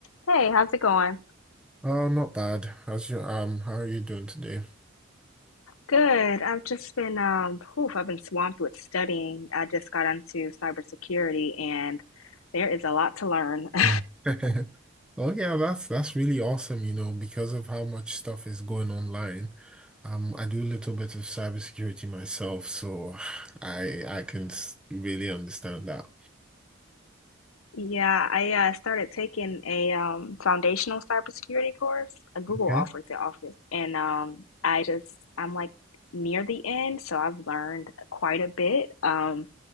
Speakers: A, on the left (about 85°); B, in the centre.
A: Hey, how's it going?
B: Oh, not bad. How's your um, how are you doing today?
A: Good. I've just been um whew, I've been swamped with studying. I just got into cybersecurity and there is a lot to learn. <laughs>
B: <laughs> Oh yeah, that's that's really awesome, you know, because of how much stuff is going online. Um, I do a little bit of cybersecurity myself, so <sighs> I I can s- really understand that.
A: Yeah, I uh, started taking a um foundational cybersecurity course. Uh, Google
B: Okay.
A: offers it often. And um I just I'm like near the end, so I've learned quite a bit. Um